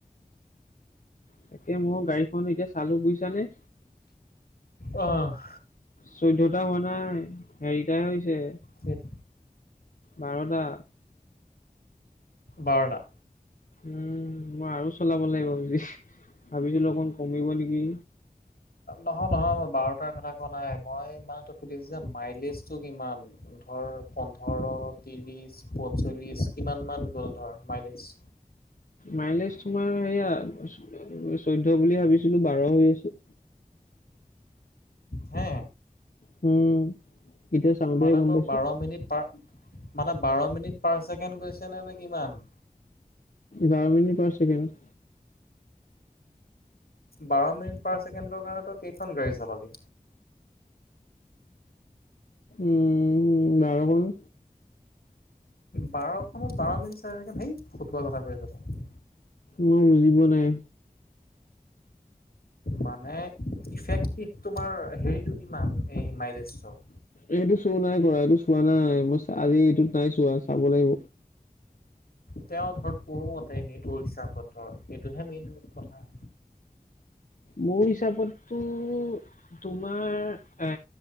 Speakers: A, on the left; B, on the left.
A: তাকে মোৰ গাড়ীখন এতিয়া চালো বুইছানে?
B: অহ',
A: চৈধ্যটা হোৱা নাই হেৰিটা হৈছে।
B: সেইত
A: বাৰটা।
B: বাৰটা।
A: উম, মই আৰু চলাব লাগিব <unintelligible> ভাবিছিলোঁ অকমান কমিব নিকি।
B: নহয়- নহয় মই বাৰটাৰ কথা কোৱা নাই মই মানে তোক সুধিছো যে মাইলেজটো কিমান? ধৰ পন্ধৰ, তিৰিছ, পঞ্চল্লিছ কিমান মান গ'ল ধৰ মাইলেজ?
A: মাইলেজ তোমাৰ সেইয়া চৈধ্য বুলি ভাবিছিলোঁ বাৰ হৈ আছে।
B: হে
A: উম, এতিয়া চাওঁতেহে
B: মানে
A: গম
B: ত'
A: পাইছোঁ
B: বাৰ মিনিট পাৰ মানে বাৰ মিনিট পাৰ ছেকেণ্ড গৈছে নে -নে কিমান?
A: বাৰ মিনিট পাৰছেকেণ্ড।
B: বাৰ মিনিট পাৰ ছেকেণ্ডৰ কাৰণে তই কেইখন গাড়ী চলাবি?
A: উম, বাৰ হ'ল
B: বাৰখনত বাৰ মিনিট চাইহেকে সেই ফুটোৱা কথা কৈ আছ তই।
A: মই বুজি পোৱা নাই।
B: মানে ইফেক্টিভ তোমাৰ হেৰীটো কিমান এই মাইলেজটো?
A: এইটো শ্বো নাই কৰা এইটো চোৱা নাই মই চা আজি এইটো নাই চোৱা চাব লাগিব।
B: তেওঁ ধৰ পোহ অতে সেইটো হিচাপত ধৰ সেইটোহে মেইন কথা।
A: মোৰ হিচাপতটো তোমাৰ এ